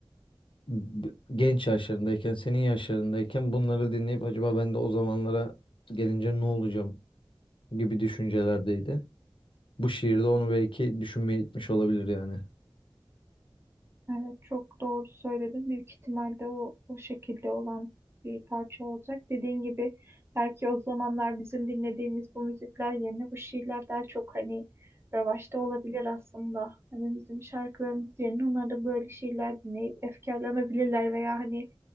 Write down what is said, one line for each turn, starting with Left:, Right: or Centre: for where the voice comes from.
Left: b- genç yaşlarındayken, senin yaşlarındayken bunları dinleyip acaba ben de o zamanlara gelince ne olacağım gibi düşüncelerdeydi. Bu şiirde onu belki düşünmeye itmiş olabilir yani.
Right: Evet çok doğru söyledin. Büyük ihtimalle o, o şekilde olan bir parça olacak. Dediğin gibi belki o zamanlar bizim dinlediğimiz bu müzikler yerine bu şiirler daha çok hani revaçta olabilir aslında. Hani bizim şarkılarımız yerine onlar da böyle şiirler dinleyip efkarlanabilirler veya hani